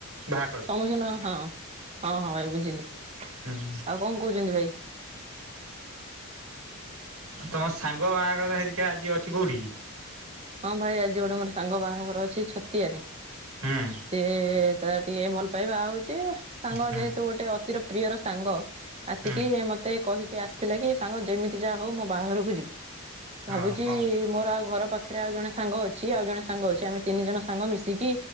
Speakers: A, on the right; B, on the right.
A: ଭା
B: <unintelligible> ହଁ ହଁ ହଁ ଭାଇ ବୁଝିଲି ଆଉ
A: ହୁଁ
B: କଣ କଉଚନ୍ତି ଭାଇ?
A: ତମ ସାଙ୍ଗ ବାଆଘର ହେଇିକି ଆଜି ଅଛି କୋଉଠି କି?
B: ହଁ ଭାଇ ଆଜି ଗୋଟେ ମୋର ସାଙ୍ଗ ବାହାଘର ଅଛି ଛତିଆରେ।
A: ହୁଁ
B: ସେ ତାର ଟିକେ ଭଲପାଇ ବାଆହଉଚି ସାଙ୍ଗ
A: ହୁଁ
B: ଯେହେତୁ ଗୋଟେ ଅ ତିର ପ୍ରିୟର ସାଙ୍ଗ ଆସିକି
A: ହୁଁ
B: ମତେ କହି କି ଆସିଥିଲା କି ସାଙ୍ଗ ଯେମିତି ଯାହା ହଉ ମୋ ବାହାଘରକୁ ଯିବୁ
A: ଓ
B: ଭାବୁଚି
A: ହଉ
B: ମୋର ଆଉ ଘର ପା ଥିରେ ଆଉ ଜଣେ ସାଙ୍ଗ ଅଛି ଆଉ ଜଣେ ସାଙ୍ଗ ଅଛି ଆମେ ତିନି ଜଣ ସାଙ୍ଗ ମିଶିକି